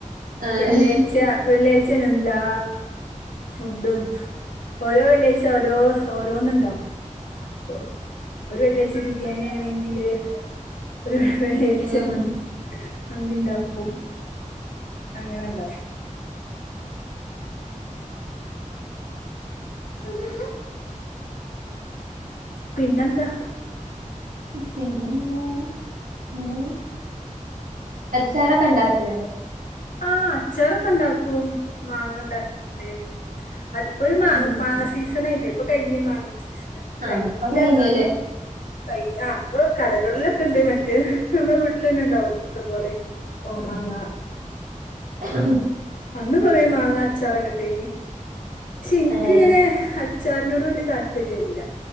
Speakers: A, on the right; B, on the left.
A: ആഹ്
B: വെള്ളിയാഴ്ച്ച വെള്ളിയാഴ്ച്ചനല്ലാ ഫുഡും ഓരോ വെള്ളിയായ്ച്ച ഓരോസ് ഓരോന്ന്ണ്ടാ ഓഹ് ഒരു വെള്ളിയാഴ്ച ബിരിയാണി ആണെങ്കില് ഒരു വെള്ളിയഴിച്ച
A: ഉം
B: മന്തി മന്തിണ്ടാക്കും അങ്ങനെണ്ടാക്കും സല്ലില്ല പിന്നെന്താ
A: പിന്നെന്താ ഉം അച്ചാറൊക്കെ ണ്ടാക്കൂലേ
B: ആഹ് അച്ചാറൊക്കെ ഇണ്ടാക്കും മാങ്ങ ഉണ്ടാക്കല്ണ്ട് അതിപ്പോയ് മാങ്ങ,
A: ഉം
B: മാങ്ങ സീസണ് ആയില്ലെ. ഇപ്പൊ കഴിഞ്ഞ് മാങ്ങ ൻ്റെ സീസൺ. കയ്ഞ്ഞിട്ടില്ല
A: ആഹ് അപ്പൊ കഴിഞ്ഞില്ലേ
B: ന്നാലും. കൈഞ്ഞ്, ആ അപ്പൊ കടകളിലൊക്കെണ്ട്. മറ്റേ നമ്മളെ വീട്ടിലന്നെ ഉണ്ടാവുല്ലോ ഇഷ്ടംപോലെ കോമാങ്ങ.
A: ഹ് ഹ്
B: അന്ന് കൊറേ മാങ്ങാ അച്ചാറൊക്കെട്ടീനി. ക്ഷെ ഇൻക്ക്ങ്ങനെ
A: ഏഹ്
B: അച്ചാറിനോട് വല്യ താല്പര്യ ഇല്ല.